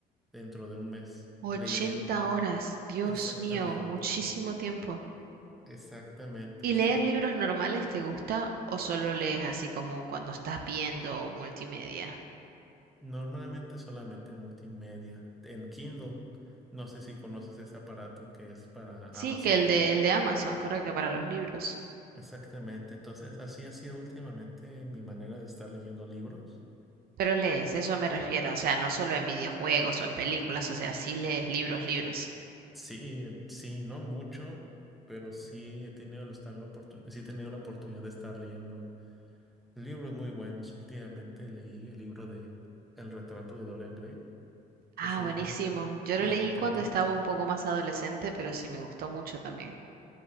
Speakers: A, in the centre; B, on the right.
A: dentro de un mes
B: 80
A: leyendo.
B: horas, Dios
A: Exactamente,
B: mío, muchísimo tiempo.
A: exactamente.
B: ¿Y
A: Entonces,
B: leer libros normales te gusta o solo lees así como cuando estás viendo multimedia?
A: normalmente solamente en multimedia, en Kindle. No sé si conoces ese aparato que es para
B: Sí,
A: Amazon.
B: que el de, el de Amazon, correcto, para los libros.
A: Exactamente. Entonces, así ha sido últimamente mi manera de estar leyendo libros
B: Pero lees, eso me refiero, o sea, no solo en videojuegos o en películas, o sea, sí lees libros, libros.
A: Sí, sí, no mucho, pero sí he tenido la, estar la oportun- sí he tenido la oportunidad de estar leyendo libros muy buenos. Últimamente leí el libro de El retrato de Dorian Gray.
B: Ah,
A: Ese libro
B: buenísimo. Yo
A: me
B: lo leí
A: encantó.
B: cuando estaba un poco más adolescente, pero sí me gustó mucho también.